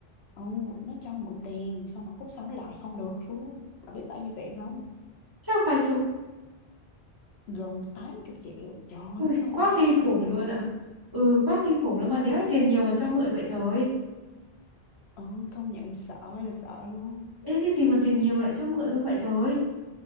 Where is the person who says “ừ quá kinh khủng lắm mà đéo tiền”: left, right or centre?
Right